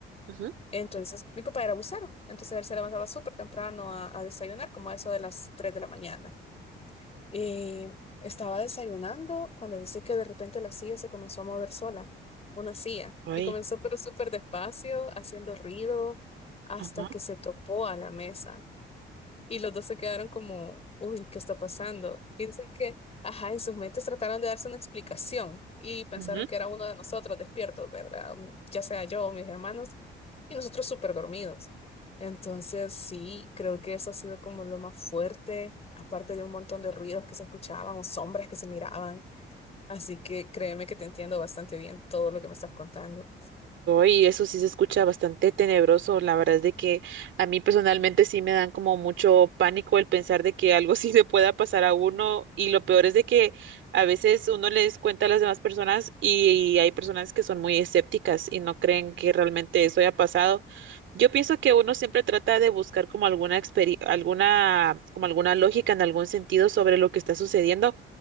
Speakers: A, on the right (about 75°); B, on the left (about 30°).
A: ujú,
B: Entonces, mi papá era bucero, entonces él se levantaba súper temprano a, a desayunar, como a eso de las 3 de la mañana. Eh, estaba desayunando cuando dice que de repente la silla se comenzó a mover sola, una silla,
A: uy,
B: y comenzó pero súper despacio, haciendo ruido, hasta
A: ajá,
B: que se topó a la mesa. Y los dos se quedaron como, uy, ¿qué está pasando? Y dicen que, ajá, en sus mentes trataron de darse una explicación y pensaron
A: ujú.
B: que era uno de nosotros despiertos, ¿verdad? Mm, Ya sea yo o mis hermanos, y nosotros súper dormidos. Entonces, sí, creo que eso ha sido como lo más fuerte, aparte de un montón de ruidos que se escuchaban o sombras que se miraban. Así que créeme que te entiendo bastante bien todo lo que me estás contando.
A: Y eso sí se escucha bastante tenebroso. La verdad es de que a mí personalmente sí me dan como mucho pánico el pensar de que algo <laughs> sí le pueda pasar a uno. Y lo peor es de que a veces uno les cuenta a las demás personas y hay personas que son muy escépticas y no creen que realmente eso haya pasado. Yo pienso que uno siempre trata de buscar como alguna experi- alguna como alguna lógica en algún sentido sobre lo que está sucediendo